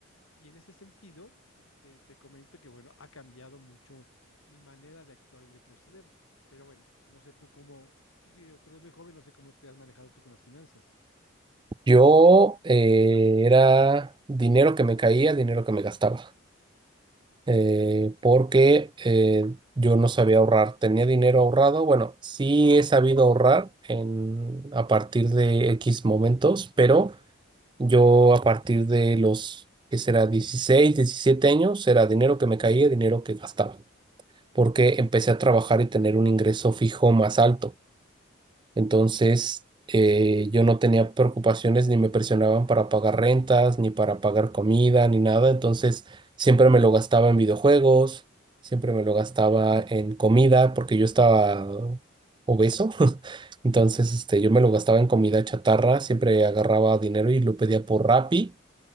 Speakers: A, on the left; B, on the right.
A: Y en ese sentido, eh, te, te comento que, bueno, ha cambiado mucho mi manera de actuar y de proceder. Pero bueno, no sé tú cómo, digo, tú eres muy joven, no sé cómo te has manejado tú con las finanzas.
B: yo eh, era dinero que me caía, dinero que me gastaba. eh, porque eh, yo no sabía ahorrar. Tenía dinero ahorrado. Bueno, sí he sabido ahorrar en, a partir de X momentos, pero yo a partir de los, que será 16, 17 años, era dinero que me caía, dinero que gastaba, porque empecé a trabajar y tener un ingreso fijo más alto. Entonces, eh, yo no tenía preocupaciones ni me presionaban para pagar rentas, ni para pagar comida, ni nada. Entonces, siempre me lo gastaba en videojuegos, siempre me lo gastaba en comida, porque yo estaba obeso. <laughs> Entonces, este, yo me lo gastaba en comida chatarra, siempre agarraba dinero y lo pedía por Rappi